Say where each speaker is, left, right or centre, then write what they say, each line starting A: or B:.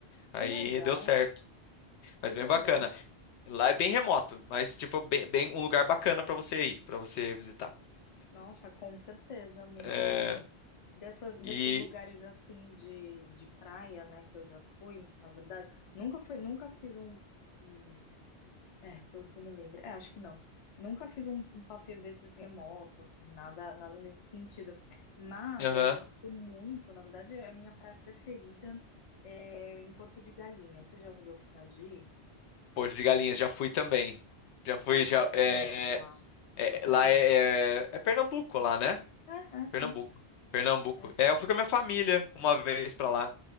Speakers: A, on the left; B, on the left.
A: Aí
B: Que legal,
A: deu certo.
B: que
A: Mas bem
B: legal.
A: bacana. Lá é bem remoto, mas, tipo, bem, bem um lugar bacana para você ir, para você visitar.
B: Nossa, com certeza, muito
A: É,
B: bom. Dessas, desses
A: e,
B: lugares assim de, de praia, né, que eu já fui, na verdade, nunca fui, nunca fiz um. um É, pelo que eu me lembro. É, acho que não. Nunca fiz um, um passeio desses remoto, assim, nada, nada nesse sentido. Mas
A: aham.
B: eu gosto muito, na verdade, é a minha praia preferida é em Porto de Galinhas. Você já teve a oportunidade de ir?
A: Porto de Galinhas, já fui também. Já fui,
B: Cara, eu
A: já.
B: gosto
A: é,
B: muito de lá.
A: é,
B: Gosto
A: é, lá
B: muito.
A: é, é, é Pernambuco, lá, né?
B: É, é,
A: Pernambuco.
B: isso.
A: Pernambuco.
B: É.
A: É, eu fui com a minha família uma vez pra lá.